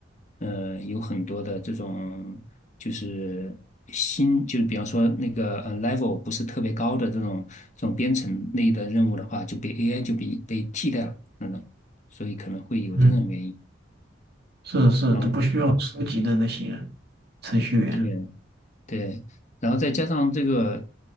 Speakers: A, on the left (about 40°); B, on the right (about 55°).
A: 呃，有很多的这种就是新，就是比方说那个呃 level 不是特别高的这种这种编程类的任务的话，就被 AI 就被被替代了那种，所以可能会有这种原因。
B: 嗯，是是都不需要初级的那些
A: 然后
B: 程序员，
A: 对，对，然后再加上这个